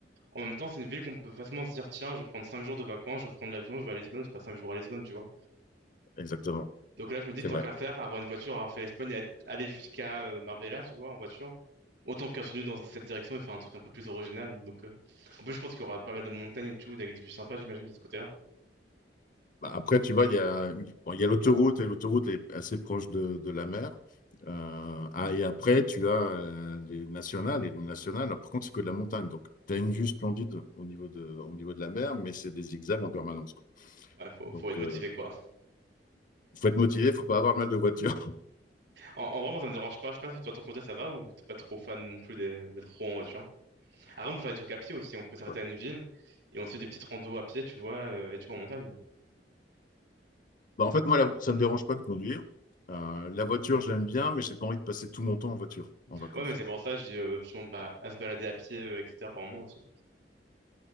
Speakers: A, on the right (about 75°); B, on the left (about 50°).
A: en même temps, c'est une ville qu'on peut facilement se dire, tiens, je vais prendre 5 jours de vacances, je vais prendre l'avion, je vais à Lisbonne, je passe 5 jours à Lisbonne, tu vois.
B: exactement.
A: Donc là, je me dis,
B: C'est
A: tant
B: vrai.
A: qu'à faire, avoir une voiture, avoir fait l'Espagne et être- aller jusqu'à euh, Marbella, tu vois, en voiture, Autant qu'un continue dans cette direction et faire un truc un peu plus original. Donc, euh, En plus, je pense qu'il y aura pas mal de montagnes et tout, avec des vues sympas, j'imagine, de ce côté-là.
B: Bah, après, tu vois, il y a, bon, il y a l'autoroute et l'autoroute est assez proche de, de la mer. Euh, ah, et après, tu as euh, les nationales. Et les nationales, alors, par contre, c'est que de la montagne. Donc, tu as une vue splendide au niveau de, au niveau de la mer, mais c'est des zigzags en permanence. quoi.
A: Ouais, faut,
B: Donc,
A: faut être
B: il
A: motivé, quoi.
B: faut être motivé, faut pas avoir mal de voiture. <laughs>
A: En, en vrai, moi, ça me dérange pas. Je sais pas si toi, ton côté, ça va ou t'es pas trop fan non plus des- d'être trop en voiture. Après, on peut faire des trucs à pied aussi. On peut s'arrêter
B: Voilà.
A: à une ville et on se fait des petites randos à pied, tu vois, euh, et tu vois, en montagne.
B: Bah, en fait, moi, la- ça me dérange pas de conduire. Euh, la voiture, j'aime bien, mais j'ai pas envie de passer tout mon temps en voiture, en vacances.
A: Ouais, mais c'est pour ça, je dis, euh, justement, bah, à se balader à pied, euh, etc., par moment aussi.